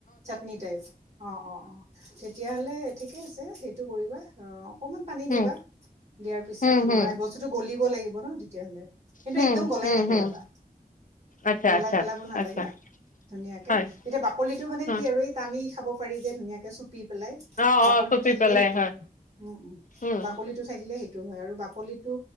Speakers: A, on the right (about 45°); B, on the left (about 55°).
A: চাটনি টাইপ অ অ অ তেতিয়াহ'লে ঠিকে আছে সেইটো কৰিবা অ অকমান পানী দিবা,
B: উম
A: দিয়াৰ পিছত
B: হুম হুম
A: লৰাই বস্তুতটো গলিব লাগিব, <inaudible> তেতিয়াহলে কিন্তু
B: হুম
A: একদম গলাই
B: হুম
A: নেপেলাবা
B: হুম আচ্ছা
A: গলাই
B: আচ্ছা
A: পেলাব নালাগে
B: আচ্ছা
A: ধুনীয়াকে
B: হয়
A: তেতিয়া বাকলিটো মানে
B: অ
A: টানি খাব পাৰি যে ধুনীয়াকে চুপ পি পেলাই
B: অ
A: বাকলিটো
B: অ চুপি
A: থাকিলে
B: পেলাই
A: সেইটো হয়। উ উ
B: উম
A: বাকলিটো থাকিলে সেইটো হয় আৰু, বাকলিটো